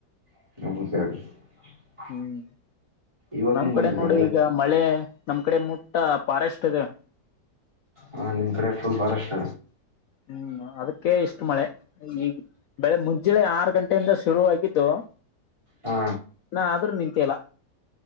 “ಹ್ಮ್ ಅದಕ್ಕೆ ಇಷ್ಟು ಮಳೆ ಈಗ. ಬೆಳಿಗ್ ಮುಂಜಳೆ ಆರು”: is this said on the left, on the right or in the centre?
Left